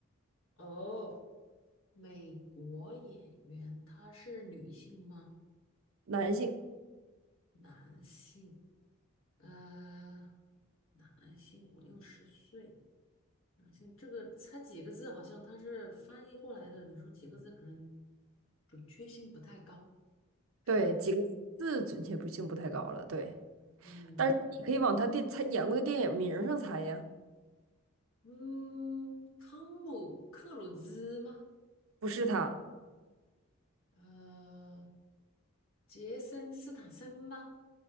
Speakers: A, on the left; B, on the right.
A: 哦，美国演员他是女性吗？
B: 男性。
A: 男性，呃，男性五六十岁，男性这个猜几个字，好像他是翻译过来的。你说几个字，可能准确性不太高，是吧？
B: 对，几个字准确不性不太高了。对，
A: 嗯
B: 但是你可以往他电他演过的电影名儿上猜呀。
A: 嗯，汤姆克鲁兹吗？
B: 不是他，
A: 呃，杰森斯坦森吗？